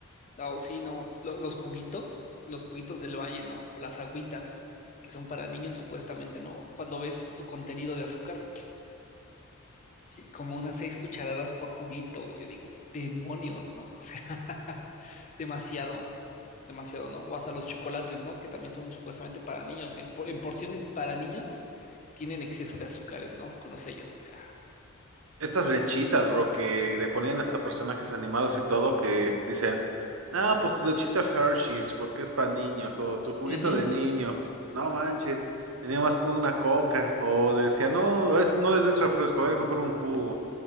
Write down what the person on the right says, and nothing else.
estas lechitas, bro, que le ponían hasta personajes animados y todo, que dicen, ah, pues tu lechita Hershey's, porque es para niños, o tu juguito
de niño, no manches, tenía más que una coca, o decía, no, es, no le des refresco, dale mejor un jugo,